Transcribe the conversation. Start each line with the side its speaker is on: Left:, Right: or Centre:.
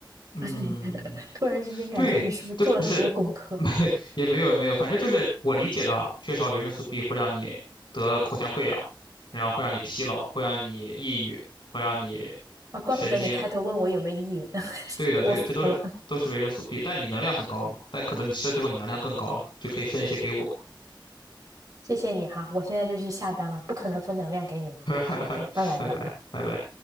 Left: 嗯，
Right: <laughs> 你突然之间感觉你是不是做了很多功课？
Left: 对，这不是，<laughs> 没也没有也没有，反正就是我理解的啊，缺少维生素 B 会让你得口腔溃疡，然后会让你疲劳，会让你抑郁，会让你
Right: 啊，怪不得你开头问我有没有依云，
Left: 神经。
Right: <laughs>
Left: 对的，
Right: 我服了，
Left: 对的，这都是都是维生素 B，但你能量很高嘛，但可能你吃了之后你能量更高了，就可以分一些给我。
Right: 谢谢你哈，我现在就去下单了，不可能分能量给你了，
Left: <laughs>
Right: 拜拜了。
Left: 拜拜，拜拜。